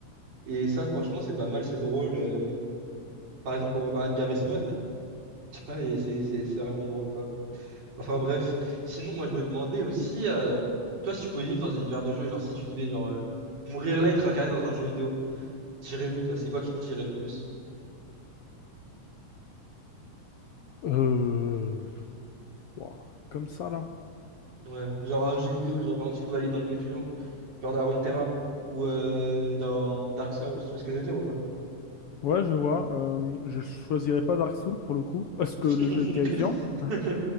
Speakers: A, on the right; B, on the left.
A: Et ça, franchement, c'est pas mal, c'est drôle. euh. Par exemple, on peut parler de Garry's Mod, <laughs> tu vois, et c'est c'est- c'est vraiment drôle, quoi. Enfin bref. Sinon, moi je me demandais aussi, euh, toi si tu pouvais vivre dans un univers de jeu, genre si tu devais genre euh, mourir là et te réincarner dans un jeu vidéo, t'irais où toi? C'est quoi qui te tirait le plus?
B: Euh, Ouah, comme ça, là.
A: Ouais, genre un jeu vidéo, genre par exemple tu pouvais aller dans League of Legends, genre à Runeterra ou euh, dans Dark Souls, tu vois ce que je veux dire ou pas?
B: Ouais, je vois. Euh, je choisirais pas Dark Souls pour le coup, parce que
A: <laughs>
B: le jeu est terrifiant. Hein